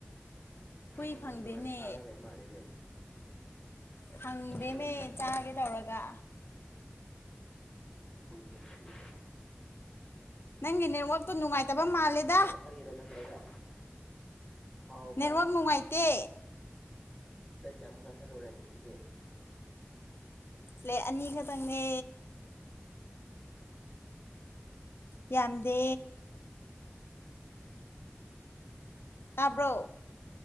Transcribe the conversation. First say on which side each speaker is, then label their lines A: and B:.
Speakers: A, on the left; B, on the left.
A: ꯍꯨꯏ
B: ꯑꯗꯨꯗ
A: ꯐꯪꯗꯦꯅꯦ
B: ꯅꯨꯡꯉꯥꯢꯅ ꯆꯔꯥ ꯂꯩ ꯃꯥꯜꯂꯦꯅꯦ
A: ꯐꯪꯗꯦꯅꯦ
B: ꯎꯝ
A: ꯆꯥꯒꯦ ꯇꯧꯔꯒ
B: ꯈꯨꯝꯁꯠ ꯊ <inaudible>
A: ꯅꯪꯒꯤ ꯅꯦꯠꯋꯥꯛꯛꯇꯣ ꯅꯨꯡꯉꯥꯏꯇꯕ ꯃꯥꯜꯂꯦꯗ
B: ꯆꯥ ꯊꯛꯏꯔꯣ ꯅꯠꯇ꯭ꯔꯒ ꯍꯥꯎꯕ꯭ꯔꯥ
A: ꯅꯦꯠꯋꯥꯛ ꯅꯨꯡꯉꯥꯏꯇꯦ
B: ꯕꯔꯦꯠ ꯀꯌꯥꯃꯨꯛ ꯆꯥꯥꯁꯥꯜꯂꯨꯔꯦ ꯉꯁꯤꯗꯤ
A: ꯕꯔꯦꯠ ꯑꯅꯤ ꯈꯛꯇꯪꯅꯦ ꯌꯥꯝꯗꯦ ꯇꯥꯕ꯭ꯔꯣ